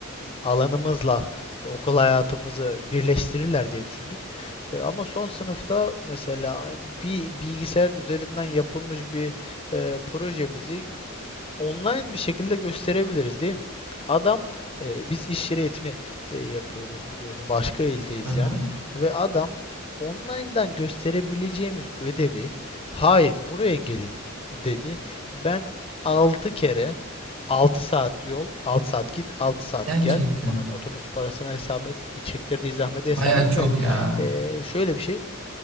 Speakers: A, on the left (about 25°); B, on the right (about 80°).
A: alanımızla okul hayatımızı birleştirirler diye düşündük. E, ama son sınıfta mesela hani bir bilgisayar üzerinden yapılmış bir e, projemizi online bir şekilde gösterebiliriz değil mi? Adam e, biz iş yeri eğitimi e, yapıyoruz biliyorsun. Başka ildeyiz
B: Hı hı.
A: yani. Ve adam online'dan gösterebileceğimiz ödevi hayır buraya gelin dedi. Ben 6 kere 6 saat yol, 6 saat git, altı saat
B: Gerçekten
A: gel. Onun otobüs parasına hesap et, e, çektirdiği zahmete hesap
B: baya
A: et
B: çok
A: ve
B: ya.
A: e, şöyle bir şey